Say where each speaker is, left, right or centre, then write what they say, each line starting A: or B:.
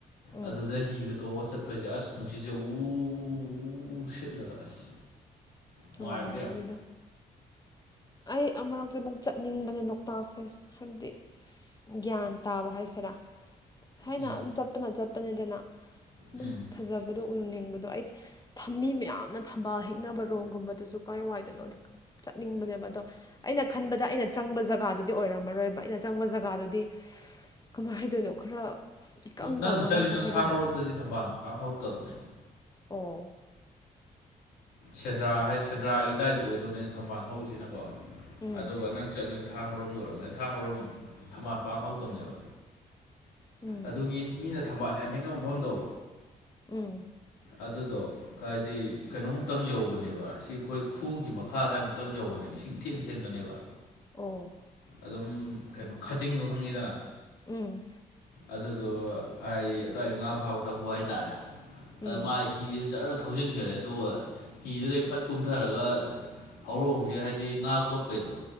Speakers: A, on the left; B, on the left.
A: ꯎꯝ
B: ꯑꯗꯨꯗ ꯍꯤꯒ ꯇꯣꯛꯑꯒ ꯆꯠꯄꯁꯦ ꯑꯁ ꯅꯨꯡꯁꯤꯖꯦ ꯎ ꯁꯤꯠꯂ ꯑꯁ
A: ꯅꯨꯡꯉꯥꯏꯔꯔꯕꯅꯤꯗ
B: ꯅꯨꯡꯉꯥꯏꯕꯅꯦ ꯌꯥꯝ
A: ꯑꯩ ꯑꯃꯨꯔꯛꯇ ꯑꯃꯨꯛ ꯆꯠꯅꯤꯡꯕꯅꯦ ꯂꯣꯛꯇꯥꯛꯁꯦ ꯍꯥꯏꯕꯗꯤ ꯒ꯭ꯌꯥꯟ ꯇꯥꯕ ꯍꯥꯏꯁꯤꯔꯥ ꯊꯥꯏꯅ
B: ꯎꯝ
A: ꯑꯗꯨꯝ ꯆꯠꯄꯅ ꯆꯠꯄꯅꯤꯗꯅ ꯑꯗꯨꯝ
B: ꯎꯝ
A: ꯐꯖꯕꯗꯣ ꯎꯔꯨꯅꯤꯡꯕꯗꯣ ꯑꯩ ꯊꯝꯃꯤ ꯃꯌꯥꯝꯅ ꯊꯝꯕ ꯍꯤꯛꯅꯕ ꯔꯣꯒꯨꯝꯕꯗꯁꯨ ꯀꯥꯏ ꯋꯥꯏꯗꯅꯣ ꯆꯠꯅꯤꯡꯕꯅꯦꯕ ꯑꯗꯣ ꯑꯩꯅ ꯈꯟꯕꯗ ꯑꯩꯅ ꯆꯪꯕ ꯖꯒꯥꯗꯨꯗꯤ ꯑꯣꯏꯔꯝꯃꯔꯣꯏꯕ ꯑꯩꯅ ꯆꯪꯕ ꯖꯒꯥꯗꯨꯗꯤ ꯀꯃꯥꯏ ꯍꯥꯏꯗꯣꯏꯅꯣ ꯈꯔ ꯏꯀꯪ
B: ꯅꯪꯅ
A: ꯀꯪꯉꯒ
B: ꯆꯪꯉꯤꯅ
A: ꯀꯩ ꯍꯥꯏꯗꯣꯏꯅꯣ
B: ꯊꯥꯡꯒꯔꯣꯝꯗꯗꯤ ꯊꯝꯕꯥꯜ ꯀꯥꯡ ꯍꯧꯧꯗꯕꯅꯦ
A: ꯑꯣ
B: ꯁꯦꯟꯗ꯭ꯔꯥ ꯍꯥꯏ ꯁꯦꯟꯗ꯭ꯔꯥꯒꯤ ꯗꯥꯏꯇ ꯑꯣꯏꯗꯧꯅꯦ ꯊꯝꯕꯥꯜ ꯊꯧꯁꯤꯅꯀꯣ
A: ꯎꯝ
B: ꯑꯗꯨꯒ ꯅꯪ ꯆꯠꯂꯨ ꯊꯥꯡꯔꯣꯝꯗ ꯑꯣꯏꯔꯝꯕꯅꯤ ꯊꯥꯡ ꯑꯔꯣꯝ ꯊꯝꯕꯥꯜ ꯄꯥꯡ ꯍꯧꯧꯇꯕꯅꯦꯕ
A: ꯎꯝ
B: ꯑꯗꯨꯒꯤ ꯃꯤꯅ ꯊꯝꯕꯥꯜꯗ ꯌꯥꯝ ꯍꯦꯛꯅꯕ ꯃꯐꯝꯗꯣ
A: ꯎꯝ
B: ꯑꯗꯨꯗꯣ ꯀꯗꯤ ꯀꯩꯅꯣꯃꯨꯛꯇꯪ ꯌꯧꯕꯅꯦꯕ ꯁꯤ ꯑꯩꯈꯣꯏ ꯈꯨꯒꯤ ꯃꯈꯥꯗꯏꯃꯨꯛꯇꯪ ꯌꯧꯕꯅꯦꯕ ꯁꯤ ꯍꯤꯡꯊꯦꯟ ꯊꯦꯟꯕꯅꯦꯕ
A: ꯑꯣ
B: ꯑꯗꯨꯝ ꯀꯩꯅꯣ ꯈꯥꯖꯤꯡꯗꯨꯣ ꯈꯪꯉꯤꯗꯅ
A: ꯎꯝ
B: ꯑꯗꯨꯗꯣ ꯍꯥꯏ ꯑꯇꯋꯥ ꯉꯥ ꯐꯥꯕ ꯀꯥꯡꯕꯨ ꯍꯥꯏꯇꯥꯔꯦ
A: ꯎꯝ
B: ꯃꯥ ꯍꯤꯗꯨꯗ ꯆꯔ ꯊꯧꯖꯤꯟꯈꯔꯦ ꯑꯗꯨꯒ ꯍꯤꯗꯨꯗꯩ ꯐꯠ ꯀꯨꯝꯊꯔꯒ ꯍꯧꯔꯣꯡꯁꯦ ꯍꯥꯏꯕꯗꯤ ꯉꯥ ꯀꯣꯠꯄꯩꯗꯣ